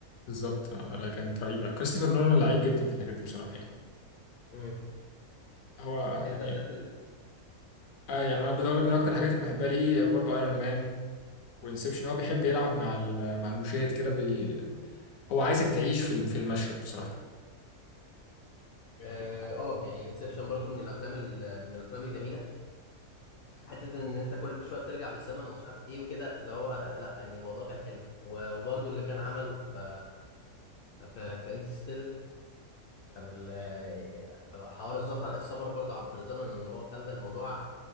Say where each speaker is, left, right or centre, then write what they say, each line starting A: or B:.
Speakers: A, on the left (about 70°); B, on the left (about 85°).
A: بالظبط آه، لا كانت رهيبة كريستوفر نولان لعيب جدا في الحاجات دي بصراحة يعني
B: امم
A: هو
B: الحتة
A: يعني
B: بتاعت ال...
A: اه يعني انا كنت اقول لك من اكتر الحاجات اللي بحبها ليه برضه ايرون مان وانسبشن هو بيحب يلعب مع ال- مع المشاهد كده بي... هو عايزك تعيش في الم- في المشهد بصراحة
B: اه آه، يعني انسبشن برضو من الافلام ال... من الافلام الجميلة حتة ان انت كل شوية بترجع بالزمن ومش عارف ايه وكده اللي هو آه، لا يعني الموضوع كان حلو و- وبرضو اللي كان عمله في في, في انترستيلر كان ال- حوار السفر السفر برضه عبر الزمن ان هو خلى الموضوع